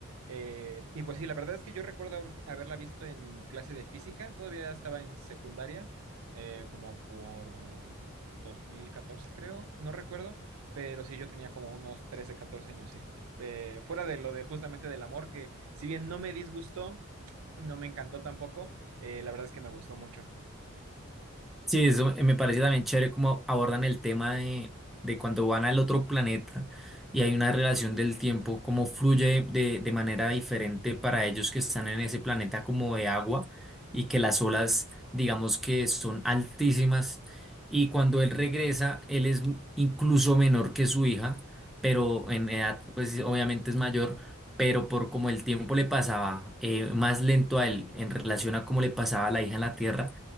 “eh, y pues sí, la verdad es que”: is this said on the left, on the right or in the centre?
Right